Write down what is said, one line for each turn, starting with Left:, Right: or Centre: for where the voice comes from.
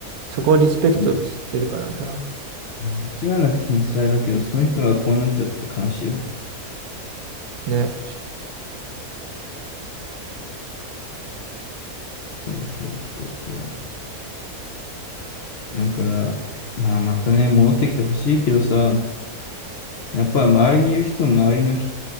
Right: そこをリスペクトしてるからさ。
Left: あの、いや間違いなく天才だけど、その人がこうなっちゃってて悲しいよね。
Right: ね。
Left: そうそうそうそう。だから、まあまたね、戻ってきてほしいけどさ、やっぱ周りにいる人も周りの人、